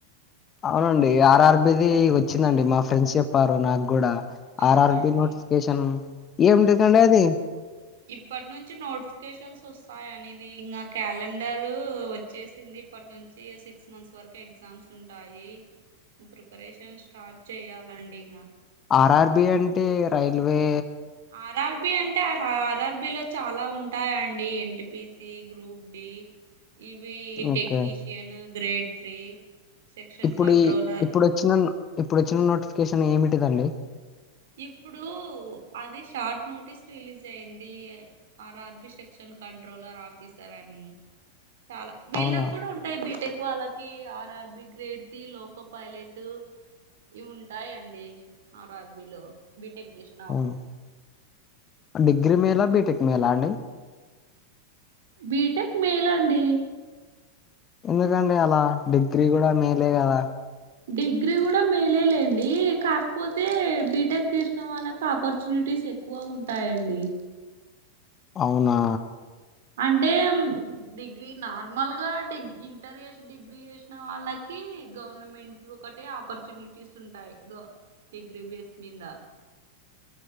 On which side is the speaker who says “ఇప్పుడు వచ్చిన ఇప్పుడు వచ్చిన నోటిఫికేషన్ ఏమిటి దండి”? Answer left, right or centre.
Left